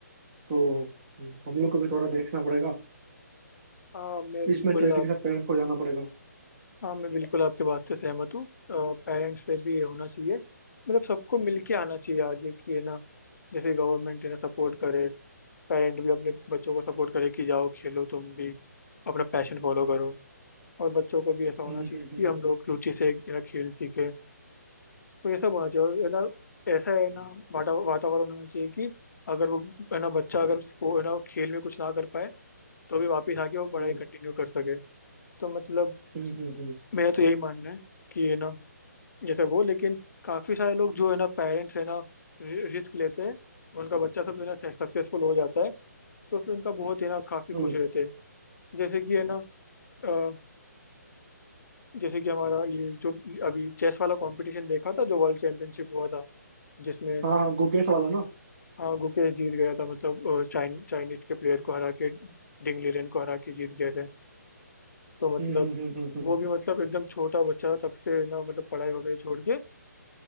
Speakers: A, on the right; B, on the left.
A: तो हम लोग को भी थोड़ा देखना पड़ेगा
B: हाँ मैं
A: इस
B: बिल्कुल
A: मेंटलिटी के साथ पेरेंट्स को जाना पड़ेगा
B: हाँ मैं बिल्कुल आपकी बात से सहमत हूँ पेरेंट्स से भी ये होना चाहिए मतलब सबको मिलके आना चाहिए आगे कि है ना जैसे गवर्नमेंट है ना सपोर्ट करे पेरेंट भी अपने बच्चों को सपोर्ट करे कि जाओ खेलो तुम भी अपना पैशन फॉलो करो और बच्चों को भी ऐसा होना
A: हम्म
B: चाहिए
A: हम्म हम्म
B: कि हम लोग रुचि से है ना खेल सीखे तो ये सब होना चाहिए और है ना ऐसा है ना वाता वातावरण होना चाहिए कि अगर वो है ना बच्चा अगर उसको है ना खेल में कुछ ना कर पाए तो भी वापस आके वो पढ़ाई
A: हम्म
B: कंटिन्यू कर सके तो मतलब
A: हम्म हम्म हम्म,
B: मेरा तो यही मानना है कि है ना जैसे वो लेकिन काफी सारे लोग जो है ना पेरेंट्स है ना रिस्क लेते हैं उनका बच्चा सब है ना सक्सेसफुल हो जाता है तो फिर उनका बहुत है ना काफी खुश
A: हम्म।
B: रहते हैं जैसे कि है ना अ, जैसे कि हमारा ये जो अभी चेस वाला कंपटीशन देखा था जो वर्ल्ड चैंपियनशिप हुआ था जिसमें
A: हाँ हाँ गुकेश वाला ना
B: हाँ गुकेश जीत गया था मतलब अ, चाइन चाइनीज के प्लेयर को हरा के डिंग लीरेन को हरा के जीत गए थे तो मतलब
A: हम्म हम्म हम्म हम्म
B: वो
A: हम्म
B: भी मतलब एकदम छोटा बच्चा था तब से ना मतलब पढ़ाई वगैरह छोड़ के